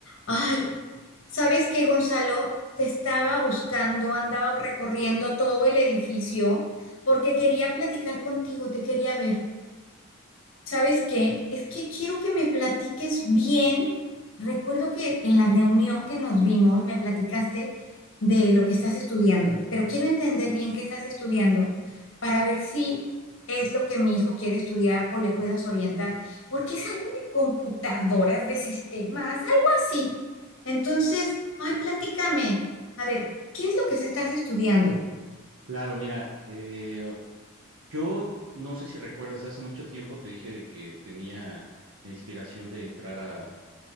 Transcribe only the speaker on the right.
Claro, mira, eh, yo no sé si recuerdas, hace mucho tiempo te dije de que tenía la inspiración de entrar a,